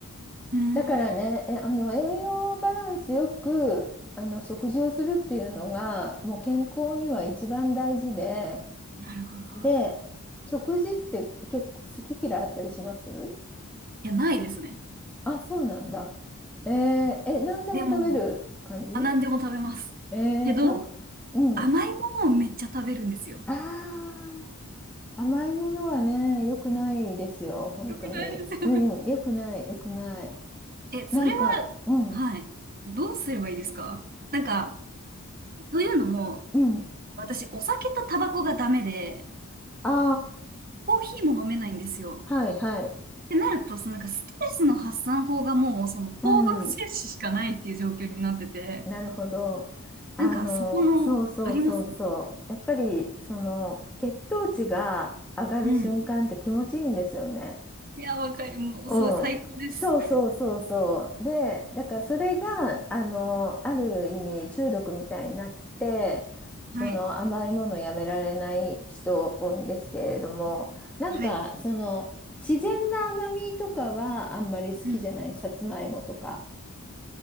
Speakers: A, on the right; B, in the centre.
A: ーん。
B: だからね、えあの栄養バランスよくあの食事をするっていうのがもう健康には一番大事で。
A: なるほど。
B: で、食事って結構好き嫌いあったりします
A: いや、ないですね。
B: あ、そうなんだ。えー、え、何でも食べる感じ
A: でも、あ、何でも食べます。
B: えー、
A: けど、
B: なんか、うん。
A: 甘いものをめっちゃ食べるんですよ。
B: ああ、甘いものはね、良くないですよ、本当に。
A: よくないですよね。
B: うん、良くない、良くない。
A: <laughs> え、それ
B: なんか、うん、
A: はい。どうすればいいですかなんか、というのも、
B: うん。
A: 私、お酒とタバコがダメで、
B: あ
A: コーヒーも飲めないんですよ。
B: あ、はい、はい。
A: ってなると、そのなんかストレスの発散法がもう、その糖分摂取しかないっていう状況になってて、
B: うん。なるほど。あの、
A: なんか、そこの、
B: そうそうそうそう。
A: ありますう
B: やっぱり、その、血糖値が上がる瞬間って気持ちいいんですよね。
A: ん。いや、わかる。もう、
B: うん。
A: そう、最高です。
B: そうそうそうそう。で、だからそれが、あの、ある意味中毒みたいになって、
A: はい。
B: その甘いものをやめられない人多いんですけれども、なんか、
A: はい。
B: その、自然な甘みとかはあんまり好きじゃない。
A: うん。
B: さつまいもとか。